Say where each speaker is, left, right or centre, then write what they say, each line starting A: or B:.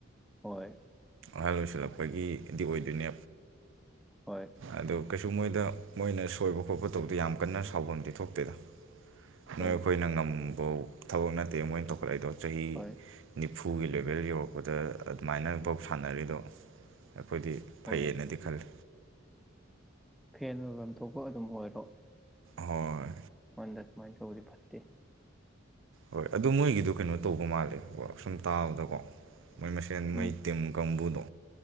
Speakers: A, in the centre; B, on the right (about 65°).
A: ꯍꯣꯏ
B: ꯍꯜꯂꯣ ꯁꯔ ꯑꯩꯈꯣꯏꯒꯤꯗꯤ ꯑꯣꯏꯗꯣꯏꯅꯦ
A: ꯍꯣꯏ
B: ꯑ ꯀꯩꯁꯨ ꯃꯣꯏꯗ ꯃꯣꯏꯅ ꯁꯣꯏꯕ ꯈꯣꯠꯄ ꯇꯧꯕꯗ ꯌꯥꯝ ꯀꯟꯅ ꯁꯥꯎꯐꯝꯗꯤ ꯊꯣꯛꯇꯦꯗ ꯅꯣꯏ
A: ꯍꯣꯏ
B: ꯑꯩꯈꯣꯏꯅ ꯉꯝ <unintelligible> ꯊꯕꯛ ꯅꯠꯇꯦ ꯃꯣꯏꯅ ꯇꯧꯈꯠꯂꯛꯏꯗꯣ ꯆꯍꯤꯅꯤ
A: ꯍꯣꯏ
B: ꯏꯐꯨꯒꯤ ꯂꯦꯚꯦꯜ ꯌꯧꯔꯛꯄꯗ ꯑꯗꯨꯃꯥꯏꯅ ꯁꯥꯟꯅꯔꯤꯗꯣ ꯑꯩꯈꯣꯏꯗꯤ
A: ꯍꯣꯏ
B: ꯐꯩꯌꯦꯅꯗꯤ ꯈꯜꯂꯤ
A: ꯐꯦꯟ ꯑꯣꯏꯐꯝ ꯊꯣꯛꯄ ꯑꯗꯨꯝ ꯑꯣꯏꯔꯣ
B: ꯍꯣꯏ
A: ꯃꯟꯗꯠ ꯃꯥꯏ ꯇꯧꯕꯗꯤ ꯐꯠꯇꯦ
B: ꯍꯣꯏ ꯑꯗꯨ ꯃꯣꯏꯒꯤꯗ ꯀꯩꯅꯣ ꯇꯧꯕ ꯃꯥꯜꯂꯦ ꯁꯨꯝ ꯇꯥꯕꯗꯀꯣ ꯃꯣꯏ ꯃꯁꯦꯟ ꯃꯩ
A: ꯎꯝ
B: ꯇꯤꯝ ꯀꯥꯡꯕꯨꯗꯣ